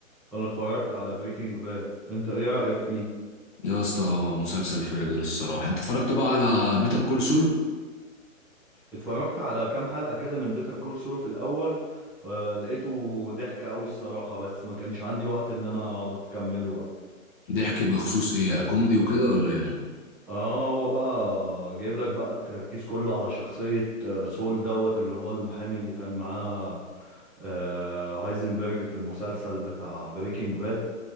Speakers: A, in the centre; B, on the left.
A: انا اتفرجت على بريكنج باد انت ايه رأيك فيه
B: يا اسطى مسلسل فاجر الصراحه انت اتفرجت بقى على بيتر كول سول
A: اتفرجت على كام حلقة كده من بيتر كول سول في الأول آه لقيته ضحك أوي الصراحة بس ما كانش عندي وقت إن أنا أقعد أكمله بقى
B: بيحكي بخصوص ايه كوميدي وكده ولا ايه
A: اه هو بقى جايب لك بقى التركيز كله على شخصية آه، سول دوت اللي هو المحامي اللي كان معاه آه، هايزنبرج في المسلسل بتاع بريكنج باد